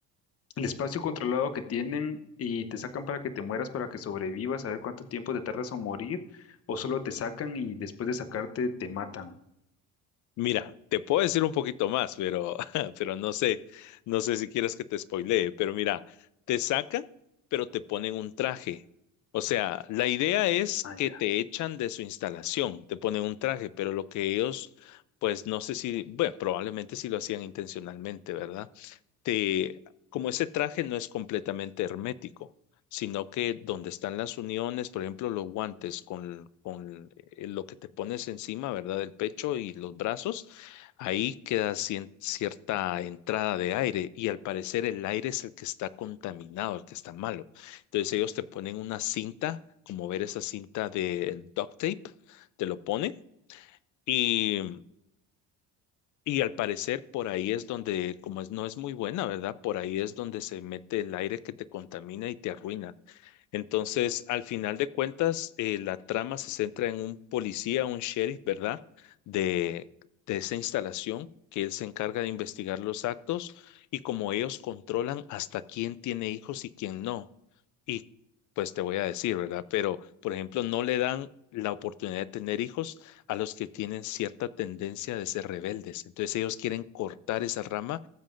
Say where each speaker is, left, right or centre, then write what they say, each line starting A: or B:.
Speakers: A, on the left (about 40°); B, on the left (about 55°).
A: el espacio controlado que tienen y te sacan para que te mueras, para que sobrevivas, a ver cuánto tiempo te tardas en morir, o solo te sacan y después de sacarte te matan.
B: Mira, te puedo decir un poquito más, pero, <laughs> pero no sé, no sé si quieres que te spoilee, pero mira, te sacan, pero te ponen un traje. O sea, la idea es
A: Ah,
B: que
A: ya.
B: te echan de su instalación, te ponen un traje, pero lo que ellos, pues no sé si, bueno, probablemente sí lo hacían intencionalmente, ¿verdad? te, como ese traje no es completamente hermético, sino que donde están las uniones, por ejemplo, los guantes con, con eh, lo que te pones encima, ¿verdad? El pecho y los brazos, ahí queda cien- cierta entrada de aire y al parecer el aire es el que está contaminado, el que está malo. Entonces ellos te ponen una cinta, como ver esa cinta de duct tape, te lo ponen. Y y al parecer por ahí es donde, como es, no es muy buena, ¿verdad? Por ahí es donde se mete el aire que te contamina y te arruina. Entonces, al final de cuentas, eh, la trama se centra en un policía, un sheriff, ¿verdad? De, de esa instalación, que él se encarga de investigar los actos y como ellos controlan hasta quién tiene hijos y quién no. Y pues te voy a decir, ¿verdad? Pero, por ejemplo, no le dan la oportunidad de tener hijos a los que tienen cierta tendencia de ser rebeldes. Entonces, ellos quieren cortar esa rama